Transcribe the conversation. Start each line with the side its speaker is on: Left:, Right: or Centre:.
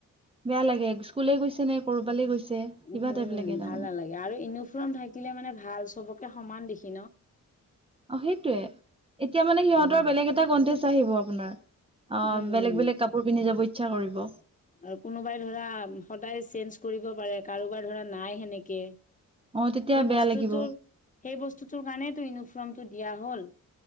Right: বেয়া লাগে স্কুলে গৈছে নে, ক'ৰবালে গৈছে? কিবা
Left: হুম,
Right: টাইপ লাগে তাৰমানে
Left: ভাল নালাগে আৰু ইউনিফৰ্ম থাকিলে মানে ভাল, চবকে সমান দেখি ন?
Right: অ, সেইটোয়ে। এতিয়া মানে সিহঁতৰ
Left: নহয়
Right: বেলেগ এটা কনটেষ্ট আহিব আপোনাৰ। অ,
Left: উম,
Right: বেলেগ
Left: উম।
Right: বেলেগ কাপোৰ পিন্ধি যাব ইচ্ছা কৰিব।
Left: আৰু কোনোবাই ধৰা সদায় চেঞ্জ কৰিব পাৰে, কাৰোবাৰ ধৰা নাই সেনেকে।
Right: অ তেতিয়া
Left: সেই
Right: বেয়া
Left: বস্তুটোৰ,
Right: লাগিব
Left: সেই বস্তুটোৰ কাৰণেইটো ইউনিফৰ্মটো দিয়া হ'ল।